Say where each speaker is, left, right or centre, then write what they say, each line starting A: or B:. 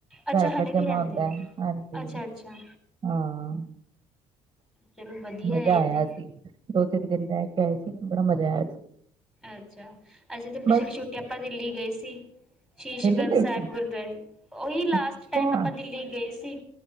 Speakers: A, in the centre; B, on the right.
A: ਅੱਛਾ
B: ਆਧਾਰ ਕਾਰਡ
A: ਹਲੇ ਵੀ
B: ਜਮਾ
A: ਰਹਿੰਦੇ
B: ਹੁੰਦਾ
A: ਆ
B: ਹਾਂਜੀ
A: ਅੱਛਾ ਅੱਛਾ।
B: ਹਾਂ
A: ਚਲੋ ਵਧੀਆ
B: ਮਜ਼ਾ
A: ਹੈ ਇਹ
B: ਆਇਆ
A: ਤੇ।
B: ਸੀ ਦੋ ਤਿੰਨ ਦਿਨ ਰਹਿ ਕੇ ਆਏ ਸੀ, ਬੜਾ ਮਜ਼ਾ ਆਇਆ ਸੀ।
A: ਅੱਛਾ ਅੱਛਾ ਤੇ ਪਿਛਲੀ
B: ਬਸ
A: ਛੁੱਟੀ ਆਪਾਂ ਦਿੱਲੀ ਗਏ ਸੀ ਸ਼ੀਸ਼
B: ਦਿੱਲੀ
A: ਗੰਜ
B: ਗਈ
A: ਸਾਹਿਬ
B: ਸੀ
A: ਗੁਰਦੁਆਰੇ। ਉਹੀ ਲਾਸਟ
B: ਅੱਛਾ
A: ਟਾਈਮ ਆਪਾਂ ਦਿੱਲੀ ਗਏ ਸੀ